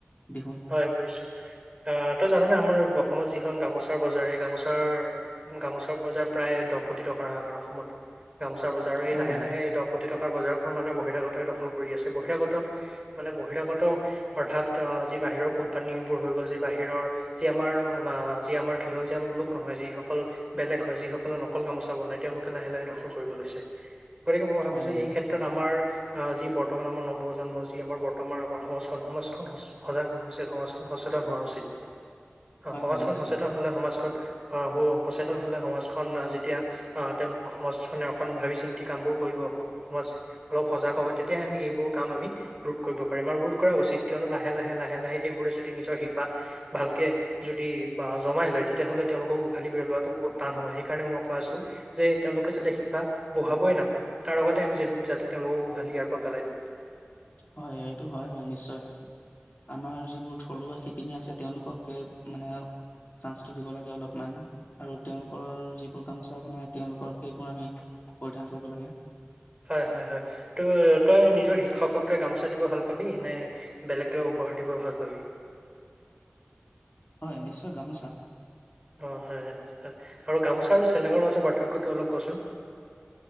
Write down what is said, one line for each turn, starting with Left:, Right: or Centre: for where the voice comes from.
Left: বিহুত।
Right: হয় বুজিছো আহ তই জানানে আমাৰ অসমত যিখন গামোচা বজাৰ এই গামোচাৰ গামোচা বজাৰ প্ৰায় দহ কোটি টকাৰ হয় আমাৰ অসমত গামোচা বজাৰ আৰু এই
Left: হয়
Right: লাহে
Left: হয়।
Right: লাহে এই দহ কোটি টকাৰ বজাৰ। মানে বহিৰাগত দখল কৰি আছে বহিৰাগত মানে বহিৰাগত অৰ্থাৎ অ যি বাহিৰৰ কোম্পানী বোৰ হৈ গ'ল যি বাহিৰৰ যি আমাৰ যি আমাৰ খিলঞ্জীয়া লোক নহয় যিসকল বেলেগ হয় যিসকললে নকল গামোচা বনাই তেওঁলোকে লাহে লাহে দখল কৰিব লৈছে। গতিকে মই ভাবোঁ
Left: হয়
Right: যে
Left: হয়
Right: এই ক্ষেত্ৰত আমাৰ আহ যি বৰ্তমান আমাৰ নৱপ্ৰজন্ম যি আমাৰ বৰ্তমান আমাৰ সমাজখন সমাজখন সজাগ হোৱা উচিত সমাজখন সচেতন হোৱা উচিত। অ
Left: হয়
Right: সমাজখন
Left: হয় নিশ্চয়
Right: সচেতন হলে সমাজখত আহ সচেতন হলে সমাজখন আহ যেতিয়া আহ তেওঁলোক সমাজখনে অকন ভাবি চিন্তি কাম বোৰ কৰিব সমাজে অলপ সজাগ হ'ব তেতিয়াহে আমি এইবোৰ কাম আমি ৰোধ কৰিব পাৰিম আৰু ৰোধ কৰা উচিত কিয়নো লা লাহে লাহে লাহে লাহে এইবোৰে যদি নিজৰ শিপা ভালকে যদি জমাই লয় তেতিয়াহলে তেওঁলোকক উঘালি পেলোৱা বহুত টান হব সেই কাৰণে মই কোৱা আছো যে তেওঁলোকে যাতে শিপা বহাবই নাপায় তাৰ আগতে আমি যাতে তেওঁলোকক উঘালি ইয়াৰ পৰা পেলাই দিওঁ।
Left: হয় এইটো হয় বাৰু নিশ্চয় আমাৰ যিবোৰ থলুৱা শিপিনী আছে। তেওঁলোকক মানে চান্সটো দিব লাগে অলপমান আৰু তেওঁলোকৰ যিবোৰ গামোচা বনাই, তেওঁলোকৰ সেইবোৰ আমি পৰিধান কৰিব লাগে।
Right: হয় হয় হয় ত তই নিজৰ শিক্ষকক তই গামোচা দিব ভাল পাবি নে বেলেগকে উপহাৰ দিব ভাল পাবি।
Left: হয় নিশ্চয় গামোচা।
Right: অ হয় আৰু গামোচা চে- চেলেঙৰ মাজৰ পাৰ্থক্যটো অলপ কচোন?